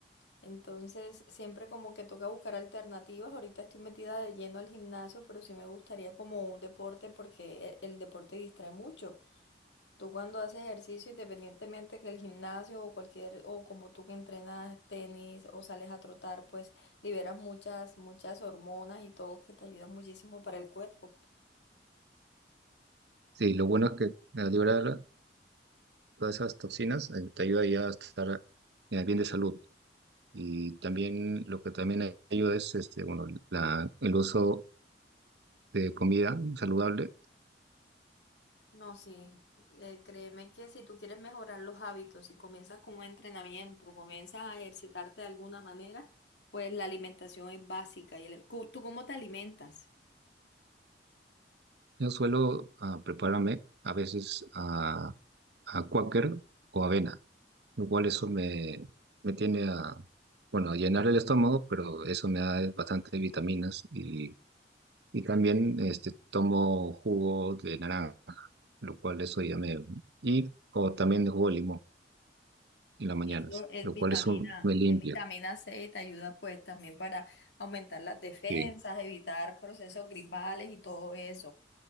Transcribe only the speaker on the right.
Sí, lo bueno es que al liberar todas esas toxinas eh, te ayuda ya a estar eh, bien de salud. Y también lo que también ayuda es, este, bueno, la, el uso de comida saludable.
Yo suelo ah, prepararme a veces a, a cuáquer o avena. lo cual eso me, me tiene a, bueno, a llenar el estómago, pero eso me da bastante vitaminas y, y también este, tomo jugo de naranja, lo cual eso ya me... Y o también jugo de limón en las mañanas,
lo
cual eso me limpia.
sí.